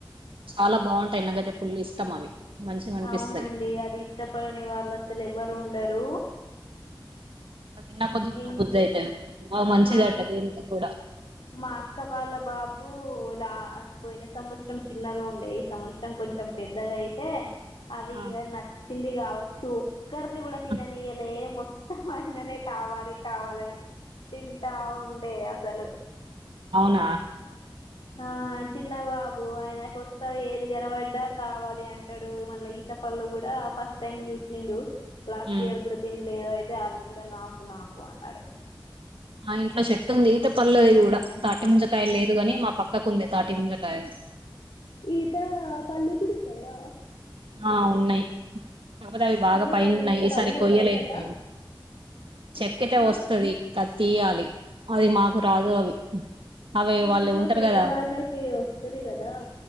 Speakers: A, on the right (about 80°); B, on the left (about 75°).
A: చాలా బాగుంటాయి నాకైతే ఫుల్ ఇష్టం అవి మంచిగా అనిపిస్తాయి
B: అవునండి అది ఇష్టపడని వాళ్ళు అసలు ఎవరు ఉండరు
A: తిన్న కొద్ది తిన
B: ఇం
A: బుద్ది అయితాయి బా మంచిది
B: ఆ
A: అట తింటి కూడా
B: మా అక్క వాళ్ళ బాబు ఇలా పోయిన సంవత్సరం చిన్నగా ఉండే ఈ సంవత్సరం కొంచెం పెద్దగా అయితే అవి
A: ఆ
B: ఇగ నచ్చింది కావచ్చు ఒక్కరిని కూడా తిననీయలే
A: ఆ,
B: మొత్తం అయిననే కావాలి కావాలని అని తింటా ఉండే అసలు
A: అవునా
B: ఆ చిన్న బాబు ఆయన కొస్తా ఏది కనపడ్డా కావాలి అంటాడు మళ్ళీ ఈత ప కల్లో కూడా ఫస్ట్ టైం చూసిండు లాస్ట్
A: ఉమ్.
B: ఇయర్ కూడా తినలేదు అయితే అవి కూడా నాకు నాకు అన్నాడు.
A: మా ఇంట్లో చెట్టు ఉంది ఈత పల్లది కూడా తాటి ముంజకాయ లేదు కాని మా పక్కకు ఉంది తాటి ముంజకాయలు
B: ఈత పళ్లుు కూడా ఉంటాయా?
A: ఆ ఉన్నాయి కాపోతే అవి బాగా
B: అందులో
A: పైన
B: నుండి
A: ఉన్నాయి ఈసారి
B: కళ్ళు
A: కొయ్యలేదు
B: వస్తదా
A: మేము. చెక్కతే వస్తుది
B: ఆ
A: క తీయాలి అది మాకు రాదు అవి అవి
B: మీ
A: వాళ్ళు
B: ఇంట్లో
A: ఉంటారు
B: పెద్దవాళ్ళకి
A: కదా
B: వస్తది కదా